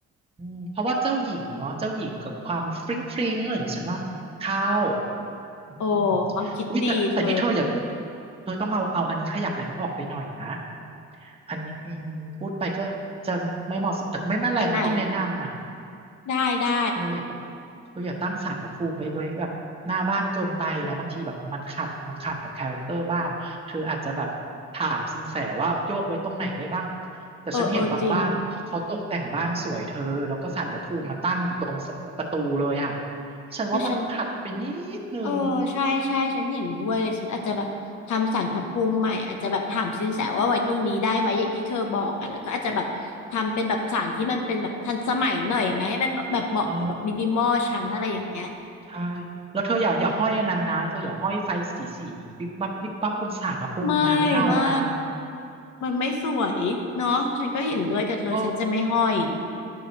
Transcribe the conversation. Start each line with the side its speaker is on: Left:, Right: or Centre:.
Right: อืมเพราะว่าเจ้าหญิงเนาะเจ้าหญิงกับความฟริ้งฟริ้งอะไรอย่างเงี้ยฉันว่าเข้าอืม
Left: โอ้ความคิดดีเธอ
Right: อุ้ยแต่แต่นี่เธออย่าเธอต้องเอาเอาอันนี้ขยับอันนี้ออกไปหน่อยนะ อันนี้อืมพูดไปก็จะไม่เหมาะสมแต่ไม่เป็นไรมันต้องแนะนำอ่ะ
Left: อันไหนได้ได้
Right: เธออย่าเธออย่าตั้งศาลพระภูมิไว้ไว้แบบหน้าบ้านเกินไปนะบางทีแบบมันขัดมันขัดกับคาแรคเตอร์บ้านเธออาจจะแบบถามสินแสว่าโยกไว้ตรงไหนได้บ้างแต่ฉันเห็นบางบ้านอ่ะเขาเขาตกแต่งบ้านสวยเธอแล้วก็ศาลพระภูมิมาตั้งอยู่ตรงประตูเลยอ่ะ
Left: เออเออจริง
Right: ฉันว่ามันขัดไปนิดนึง
Left: หรือฉันเออใช่ใช่ฉันเห็นด้วยเลยฉันอาจจะแบบทำศาลพระภูมิใหม่อาจจะแบบถามสินแสว่าไว้ตรงนี้ได้ไหมอย่างที่เธอบอกอะแล้วก็อาจจะแบบทำเป็นแบบศาลที่มันเป็นแบบทันสมัยหน่อยไหมให้มันแบบแบบเหมาะกับแบบมินิมอลฉันอะไรอย่างเงี้ย
Right: เออ ใช่ แล้วเธออย่าอย่าห้อยอันนั้นนะเธออย่าห้อยไฟสีสีวิบวับวิบวับบนศาลพระภูมินะไม่เอานะ
Left: ไม่ไม่มันไม่สวยเนาะฉันก็เห็นด้วยกับเธอฉันจะไม่ห้อย
Right: โอ้